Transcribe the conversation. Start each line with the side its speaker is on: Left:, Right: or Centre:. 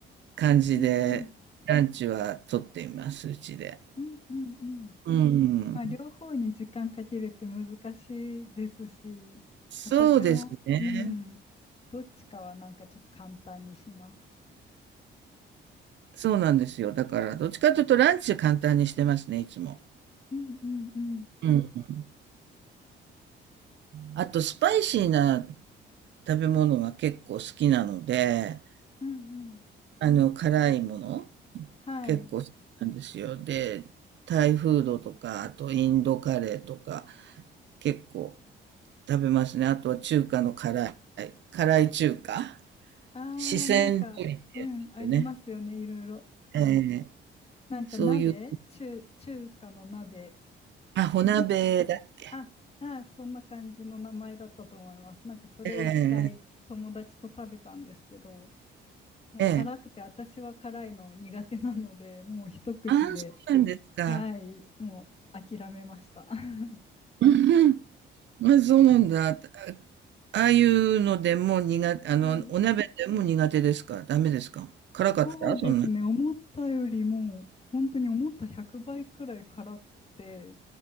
Right: 感じで、
Left: うんうん
Right: ランチはとっています、うちで。
Left: うんうんうん。
Right: うん。
Left: まあ両方に時間かけるって難しいですし、
Right: そうですね。
Left: 私も、うん、どっちかはなんかちょっと簡単にします。
Right: そうなんですよ。だから、どっちかというとランチ簡単にしてますね、いつも。
Left: うんうんうん
Right: うん。あと、スパイシーな食べ物が結構好きなので、
Left: うんうん。
Right: あの、辛いもの
Left: はい。
Right: 結構好きなんですよ。で、タイフードとか、あとインドカレーとか結構食べますね。あとは中華の辛い、辛い中華、
Left: ああ、
Right: 四川料理ってやつですよね。
Left: なんか、うん、ありますよね、いろいろ。
Right: ええ
Left: なんか鍋、
Right: そういう、
Left: 中、中華の鍋、
Right: あ、火鍋だっけ。
Left: なんて、あ、あ、そんな感じの名前だったと思います。なんかそれを一回友達と食べたんですけど、
Right: ええ
Left: もう辛くて、
Right: ええ
Left: 私は辛いの苦手なので、もう一口で、
Right: ああ、そうなんですか。
Left: はい、もう諦めました。<laughs> は
Right: うんうんまあ、そうなんだ。あああいうのでも苦手、あの、
Left: い。
Right: お鍋でも苦手ですかダメですか辛かったそんな。
Left: そうですね、思ったよりも、本当に思った100倍くばいくらい辛くて、